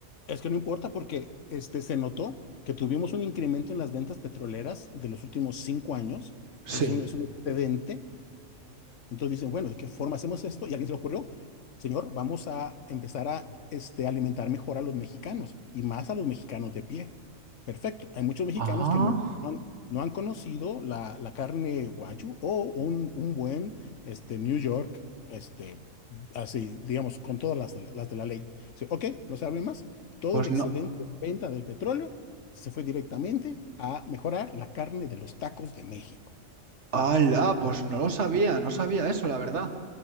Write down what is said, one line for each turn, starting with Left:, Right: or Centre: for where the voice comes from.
Left: Es que no importa porque este, se notó que tuvimos un incremento en las ventas petroleras de los últimos cinco años.
Right: Sí.
Left: Es un, es un excedente Entonces dicen, bueno, ¿de qué forma hacemos esto? Y a alguien se le ocurrió, señor, vamos a empezar a este, alimentar mejor a los mexicanos y más a los mexicanos de pie. Perfecto. Hay muchos mexicanos
Right: Ah,
Left: que no han, no han conocido la, la carne guayu o un, un buen este, New York, este, así, digamos, con todas las, de la- las de la ley. Dice, ok, no se hable más. Todo
Right: pues
Left: el excedente
Right: no.
Left: de venta del petróleo se fue directamente a mejorar la carne de los tacos de México.
Right: ¡Hala! Pues no lo sabía, no sabía eso, la verdad.